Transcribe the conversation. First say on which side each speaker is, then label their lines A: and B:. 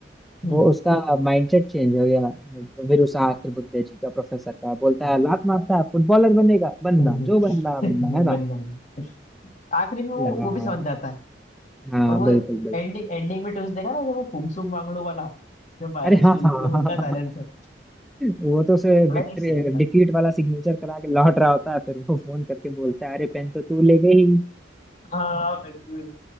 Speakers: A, on the left; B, in the centre.
A: हम्म
B: वो उसका माइंडसेट चेंज हो गया वीरूशास्त्र बुद्धे जी का प्रोफेसर का बोलता
A: हाँ।
B: है लात मारता है फुटबॉलर बनेगा बनना
A: हम्म, हम्म,
B: जो बनना बनना है ना
A: <laughs> बनना भी। आखिरी में वो
B: यार
A: वो भी समझ जाता है
B: हाँ
A: और वो
B: बिल्कुल बिल्कुल
A: एंडिंग एंडिंग में ट्विस्ट देखा ना जब वो फुंगसुक मांगड़ू वाला जब वायरस
B: अरे हाँ
A: मिल,
B: हाँ हाँ,
A: वो मिलता
B: हाँ,
A: है
B: हाँ।
A: साइलेंसर
B: हाँ। वो तो उसे
A: अलग
B: विक्ट्री
A: ही सीन था
B: डिफीट वाला सिग्नेचर करा के लौट रहा होता है फिर वो फोन करके बोलता है अरे पेन तो तू ले गई
A: हाँ बिल्कुल